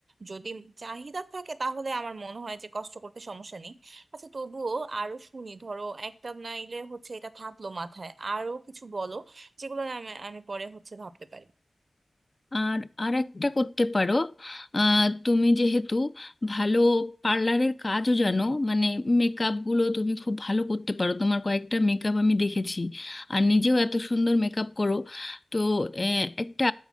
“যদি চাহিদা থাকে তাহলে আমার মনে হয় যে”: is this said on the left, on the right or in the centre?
Right